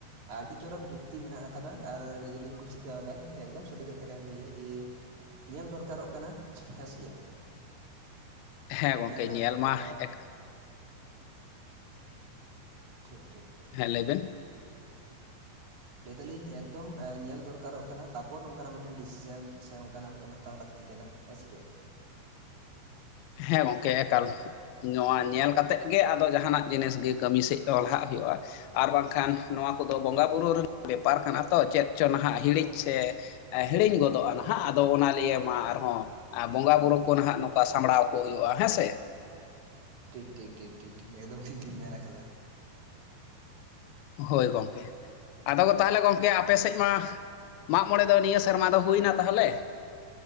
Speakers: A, on the right; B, on the left.
A: ᱟᱹᱰᱤ ᱪᱚᱨᱚᱠ ᱡᱩᱠᱛᱤ ᱢᱮᱱᱟᱜ ᱟᱠᱟᱫᱟ ᱟᱨ ᱜᱟᱡᱮ ᱞᱤᱧ ᱠᱩᱥᱤ ᱠᱟᱣᱫᱟ ᱮᱠᱫᱚᱢ ᱥᱟᱹᱨᱤ ᱠᱟᱛᱷᱟ ᱠᱟᱱ ᱜᱮᱭᱟ ᱡᱮ ᱧᱮᱞ ᱫᱚᱨᱠᱟᱨᱚᱜ ᱠᱟᱱᱟ ᱦᱮ ᱥᱮ ᱪᱮᱫ
B: ᱦᱮᱸ
A: ᱚᱱᱠᱟᱱᱟᱜ
B: ᱜᱚᱝᱠᱮ ᱧᱮᱞ ᱢᱟ
A: ᱵᱟ
B: ᱮᱠ
A: ᱴᱷᱤᱠ ᱴᱷᱤᱠ ᱴᱷᱤᱠ
B: ᱞᱮᱭᱵᱷᱮᱱ
A: ᱞᱟᱹᱭ ᱮᱫᱟᱞᱤᱧ ᱮᱠᱫᱚᱢ ᱧᱮᱞ ᱫᱚᱨᱠᱟᱨᱚᱜ ᱠᱟᱱᱟ, ᱛᱟᱯᱚᱨ ᱱᱚᱝᱠᱟᱱᱟᱜ ᱢᱤᱫᱴᱮᱱ ᱰᱤᱥᱤᱥᱮᱱ ᱥᱮ ᱚᱱᱠᱟᱱᱟᱜ ᱢᱤᱫᱴᱮᱱ ᱦᱟᱛᱟᱣ ᱞᱟᱠᱛᱤ ᱠᱟᱱᱟ᱾ ᱦᱮᱸ ᱥᱮᱪᱮᱫ᱾
B: ᱦᱮᱸ ᱜᱚᱝᱠᱮ ᱮᱠᱟᱞ᱾ ᱱᱚᱣᱟ ᱧᱮᱞ ᱠᱟᱛᱮᱫ ᱜᱮ ᱟᱫᱚ ᱡᱟᱦᱟᱱᱟᱜ ᱡᱤᱱᱤᱥ ᱜᱮ ᱠᱟᱹᱢᱤ ᱥᱮᱫ ᱫᱚ ᱞᱟᱦᱟᱜ ᱦᱩᱭᱩᱜᱼᱟ᱾ ᱟᱨ ᱵᱟᱝᱠᱷᱟᱱ ᱱᱚᱣᱟ ᱠᱚᱫᱚ ᱵᱚᱸᱜᱟᱼᱵᱩᱨᱩ ᱨᱮᱱᱟᱜ ᱵᱮᱯᱟᱨ ᱠᱟᱱᱟ ᱛᱚ ᱪᱮᱫ ᱪᱚ ᱱᱟᱦᱟᱜ ᱦᱤᱲᱤᱡ ᱥᱮ ᱦᱤᱲᱤᱧ ᱜᱚᱫᱚᱜᱼᱟ ᱱᱟᱦᱟᱜ ᱟᱫᱚ ᱚᱱᱟ ᱞᱤᱭᱮ ᱢᱟ ᱟᱨᱦᱚᱸ ᱵᱚᱸᱜᱟ-ᱵᱩᱨᱩ ᱠᱚ ᱱᱟᱦᱟᱜ ᱱᱚᱝᱠᱟ ᱥᱟᱢᱵᱽᱲᱟᱣ ᱠᱚ ᱦᱩᱭᱩᱜᱼᱟ ᱦᱮᱸ ᱥᱮ,
A: ᱴᱷᱤᱠ ᱴᱷᱤᱠ ᱴᱷᱤᱠ ᱴᱷᱤᱠ ᱮᱠᱫᱚᱢ ᱴᱷᱤᱠ ᱜᱮᱹᱧ ᱢᱮᱱ ᱟᱠᱟᱫᱟ᱾
B: ᱦᱳᱭ ᱜᱚᱢᱠᱮ᱾ ᱟᱫᱚ ᱛᱟᱦᱚᱞᱮ ᱜᱚᱢᱠᱮ ᱟᱯᱮ ᱥᱮᱫ ᱢᱟ ᱢᱟᱜ ᱢᱚᱬᱮ ᱫᱚ ᱱᱤᱭᱟᱹ ᱥᱮᱨᱢᱟ ᱫᱚ ᱦᱩᱭᱱᱟ ᱛᱟᱦᱚᱞᱮ?